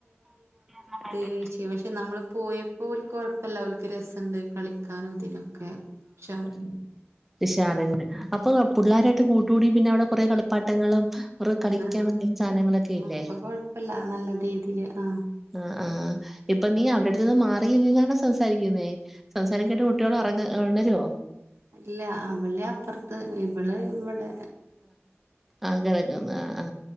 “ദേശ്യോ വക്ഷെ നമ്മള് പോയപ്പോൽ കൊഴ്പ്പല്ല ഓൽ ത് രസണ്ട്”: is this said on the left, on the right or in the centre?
Right